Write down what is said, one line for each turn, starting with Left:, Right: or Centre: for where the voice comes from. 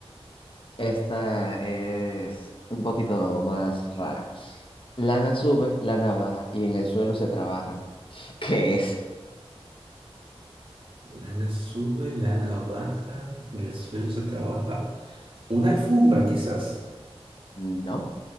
Left: Esta es un poquito más rara. Lana sube, lana baja y en el suelo se trabaja. <laughs> ¿Qué es?
Right: Lana sube, lana baja, en el suelo se trabaja. Una alfombra, quizás.
Left: No,